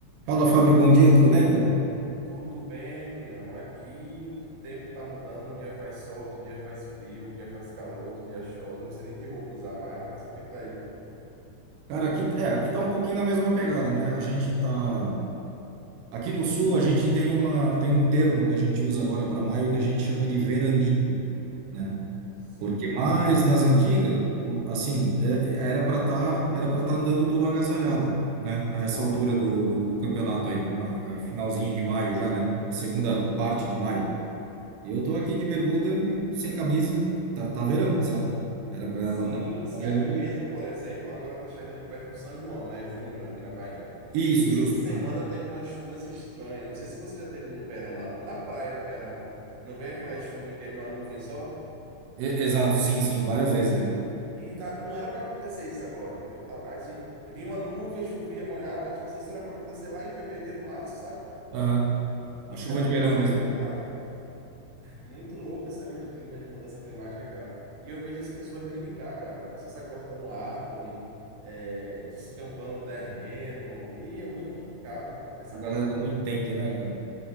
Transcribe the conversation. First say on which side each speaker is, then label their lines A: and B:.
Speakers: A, on the right; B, on the right.
A: Fala, Fábio, bom dia, tudo bem, cara?
B: Tudo bem, Juliano? Aqui o tempo tá mudando, um dia faz sol, outro dia faz frio, um dia faz calor, outro dia chove. Não sei nem que roupa usar mais, rapaz. Como é que tá aí?
A: Cara, aqui, é, aqui tá um pouquinho na mesma pegada, né? A gente tá. Aqui no sul, a gente tem uma, tem um termo que a gente usa agora para maio que a gente chama de veranico, né?
B: Sim.
A: Porque mais nas antigas, o- assim, é- é- era para estar, era para estar andando todo agasalhado, né? A essa altura do, do, do campeonato aí, ma- é, finalzinho de maio já, né? A segunda parte de maio. E eu tô aqui de bermuda e sem camisa, tá, tá verão, sabe? Era para
B: Sim,
A: estar tá,
B: sim.
A: tá verão
B: Aqui mesmo,
A: e.
B: por exemplo, agora tá chegando perto do São João, né? Junho, aqui na Bahia.
A: Isso,
B: E
A: justo.
B: essa semana teve umas chuvas estranhas. Não sei se você já teve no verão, na, na praia no verão. Não vem aquela chuva que é de uma nuvem só?
A: E- exato, sim, sim, várias vezes já.
B: E tá, não era para acontecer isso agora. Eu tava, assim, vinha uma nuvem, chovia, molhava, tipo assim, isso era para acontecer lá em fevereiro, março, sabe?
A: Aham. A
B: E
A: chuva
B: tá acontecendo
A: de verão mesmo,
B: agora.
A: né?
B: Muito louco esse negócio de clima, de mudança climática, cara. E eu vejo as pessoas nem ligar, cara. O pessoal sai cortando árvore, é, descampando terreno. E é muito complicado essa
A: A
B: questão
A: galera não entende, né, cara?